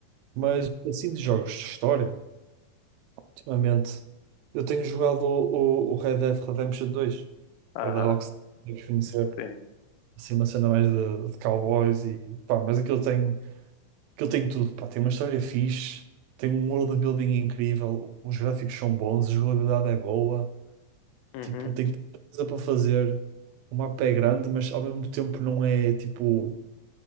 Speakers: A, on the right; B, on the left.
A: Mas assim de jogos de história, ultimamente, eu tenho jogado o, o, o Red Dead Redemption dois
B: Aham,
A: que é da Rockstar, deves conhecer,
B: sim.
A: assim uma cena mais de, de cowboys e pá, mas aquilo tem, aquilo tem tudo, pá, tem uma história fixe, tem um world building incrível, os gráficos são bons, a jogabilidade é boa,
B: Uhum,
A: tipo, tem tanta coisa para fazer, o mapa é grande, mas ao mesmo tempo não é tipo.